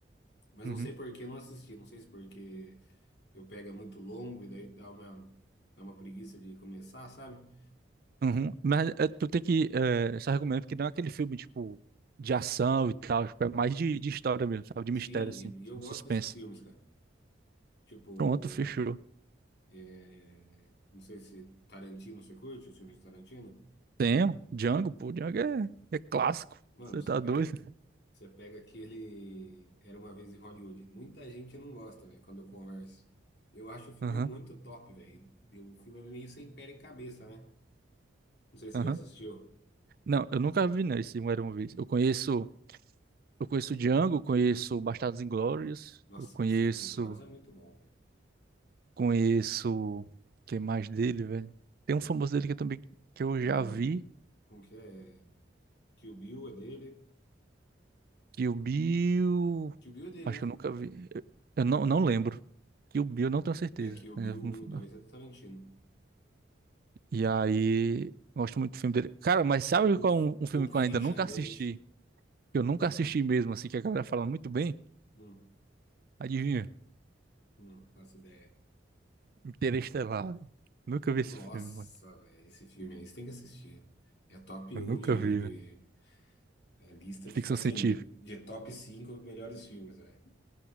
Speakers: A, on the left (about 60°); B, on the right (about 50°).
A: Mas
B: Uhum,
A: não sei por que eu não assisti. Não sei se porque eu pego é muito longo e daí dá uma, dá uma preguiça de começar, sabe?
B: uhum. Mas é, tu tem que, é, só recomendo, porque não é aquele filme, tipo, de ação e tal, tipo, é mais de, de história mesmo, sabe, de
A: Sim,
B: mistério, assim,
A: e, e eu
B: um
A: gosto
B: suspense.
A: desses filmes, cara. Tipo,
B: Pronto, fechou.
A: é, não sei se Tarantino você curte, os filmes de Tarantino.
B: Tenho, Django, pô, Django é, é clássico,
A: Mano,
B: você
A: você
B: tá
A: pega,
B: doido?
A: você pega aquele Era uma vez em Hollywood. Muita gente não gosta, velho, quando eu converso. Eu acho o filme
B: Aham,
A: muito top, velho. E O filme é meio sem pé em cabeça, né? Não sei se
B: aham.
A: você já assistiu.
B: Não, eu nunca vi, né, esse Um Era Uma Vez. Eu conheço... Eu conheço o Django, conheço Bastardos Inglórios,
A: Nossa,
B: eu conheço,
A: Bastardos Inglórios é muito bom, velho.
B: conheço, quem mais dele, velho? Tem um famoso dele que eu também que eu
A: É,
B: já vi,
A: Como que é? Kill Bill é dele.
B: Kill Bill,
A: Kill Bill é dele,
B: acho
A: né?
B: que eu nunca vi, eu, eu não, não lembro. Kill Bill, eu não tenho certeza.
A: É, Kill
B: né?
A: Bill
B: Eu
A: um e dois
B: não-
A: é do Tarantino.
B: E aí, gosto muito do filme dele. Cara, mas sabe
A: Pulp,
B: qual
A: Fi-
B: é um, um filme
A: Pulp
B: que
A: Fiction
B: eu ainda nunca
A: é deles.
B: assisti, que eu nunca assisti mesmo, assim, que a galera fala muito bem?
A: Hum,
B: Adivinha?
A: não faço ideia.
B: Interestelar. velho. Nunca vi
A: Nossa,
B: esse filme, mano.
A: velho, esse filme aí você tem que assistir. É top
B: Eu
A: um
B: nunca
A: de,
B: vi, velho.
A: de é, lista, tipo
B: Ficção
A: assim,
B: científica.
A: de, de top 5 melhores filmes, velho.